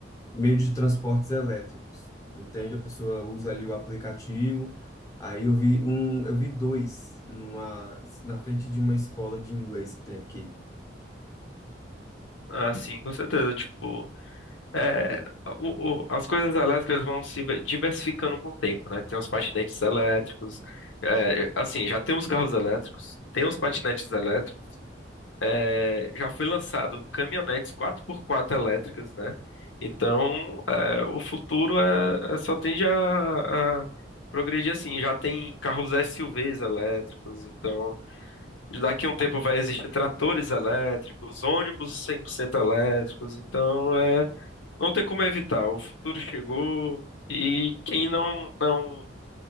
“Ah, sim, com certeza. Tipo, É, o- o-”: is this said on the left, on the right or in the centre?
Left